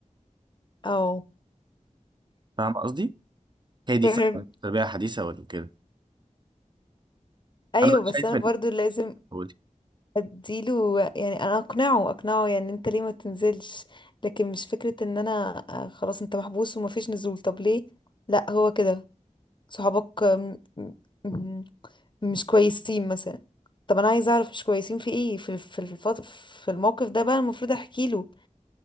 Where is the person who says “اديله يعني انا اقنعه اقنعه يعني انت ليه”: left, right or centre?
Left